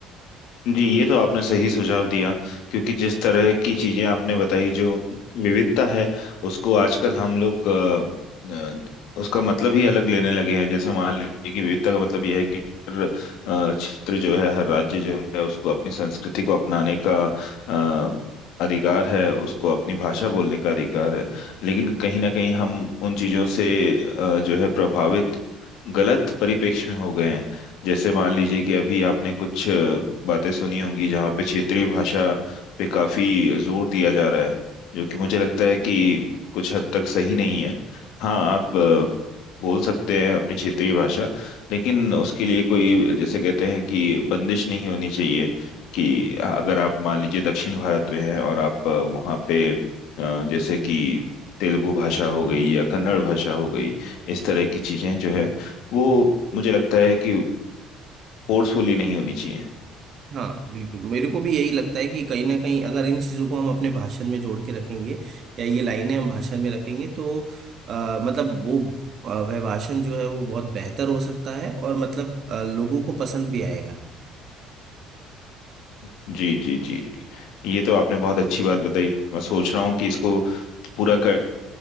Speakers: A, on the left (about 75°); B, on the right (about 50°).
A: जी ये तो आपने सही सुझाव दिया क्योंकि जिस तरह की चीजें आपने बताई जो विविधता है उसको आजकल हम लोग अ, अ, उसका मतलब ही अलग लेने लगे हैं जैसे मान लीजिए कि विविधता का मतलब यह है कि हर अ, क्षेत्र जो है हर राज्य जो है उसको अपनी संस्कृति को अपनाने का अ, अधिकार है उसको अपनी भाषा बोलने का अधिकार है लेकिन कहीं ना कहीं हम उन चीजों से अ, जो है प्रभावित गलत परिपेक्ष में हो गए हैं जैसे मान लीजिए कि अभी आपने कुछ अ, बातें सुनी होंगी जहाँ पे क्षेत्रीय भाषा पे काफी जोर दिया जा रहा है जो कि मुझे लगता है कि कुछ हद तक सही नहीं है हाँ आप अ, बोल सकते हैं अपनी क्षेत्रीय भाषा लेकिन उसके लिए कोई जैसे कहते हैं कि बंदिश नहीं होनी चाहिए कि अगर आप मान लीजिए दक्षिण भारत में हैं और आप अ, वहाँ पे अ, जैसे कि तेलुगु भाषा हो गई या कन्नड़ भाषा हो गई इस तरह की चीजें जो है वो मुझे लगता है कि फोर्सफुली नहीं होनी चाहिए
B: हाँ बिल्कुल मेरे को भी यही लगता है कि कहीं ना कहीं अगर इन चीज़ों को हम अपने भाषण में जोड़ के रखेंगे या ये लाइनें हम भाषण में रखेंगे तो आ, मतलब वो अ, वह भाषण जो है वो बहुत बेहतर हो सकता है और मतलब अ, लोगों को पसंद भी आएगा
A: जी जी जी जी ये तो आपने बहुत अच्छी बात बताई मैं सोच रहा हूँ कि इसको पूरा कर